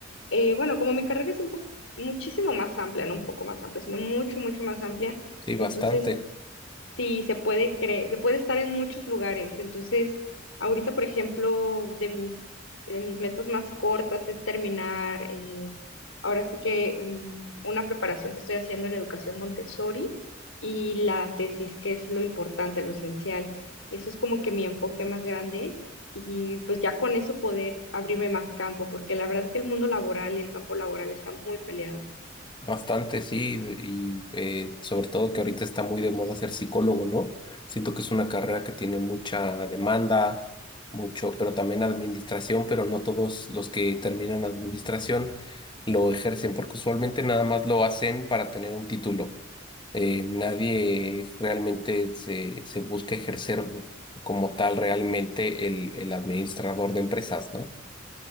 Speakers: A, on the left (about 80°); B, on the left (about 25°).
A: eh, bueno, como mi carrera es un poco, muchísimo más amplia, no un poco más amplia, sino mucho, mucho más amplia,
B: sí, bastante,
A: entonces Sí, se puede creer, se puede estar en muchos lugares. Entonces, ahorita, por ejemplo, de mis, de mis metas más cortas es terminar, eh, ahora sí que um, una preparación que estoy haciendo en educación Montessori y la tesis, que es lo importante, lo esencial. Eso es como que mi enfoque más grande y pues ya con eso poder abrirme más campo, porque la verdad que el mundo laboral y el campo laboral están muy peleados.
B: bastante, sí, de- y eh, sobre todo que ahorita está muy de moda ser psicólogo, ¿no? Siento que es una carrera que tiene mucha demanda, mucho, pero también administración, pero no todos los que terminan administración lo ejercen, porque usualmente nada más lo hacen para tener un título. eh, nadie realmente se, se busca ejercer como tal realmente el, el administrador de empresas, ¿no?